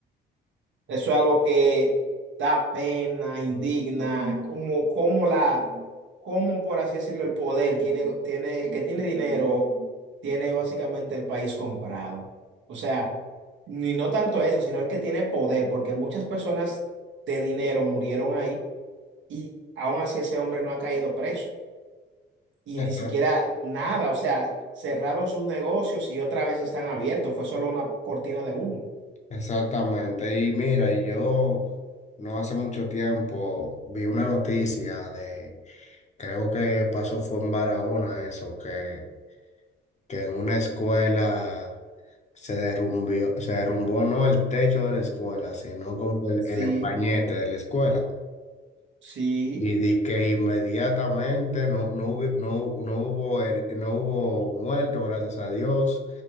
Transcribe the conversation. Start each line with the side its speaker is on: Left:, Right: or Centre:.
Right: Eso es algo que da pena, indigna, como, como la, como por así decirlo, el poder tiene, tiene, el que tiene dinero, tiene básicamente el país comprado. O sea, ni no tanto eso, sino el que tiene poder, porque muchas personas de dinero murieron ahí y aún así ese hombre no ha caído preso y
Left: Exact-
Right: ni siquiera nada. O sea, cerraron sus negocios y otra vez están abiertos. Fue solo una cortina de humo.
Left: Exactamente. Y mira, y yo no hace mucho tiempo vi una noticia de, creo que pasó fue en Barahona eso, que que en una escuela se derrumbió, se derrumbó no el techo de la escuela, sino como el,
Right: Sí,
Left: el empañete de la escuela.
Right: sí.
Left: Y di que inmediatamente no, no hubo, no, no hubo, her- no hubo muerto gracias a Dios.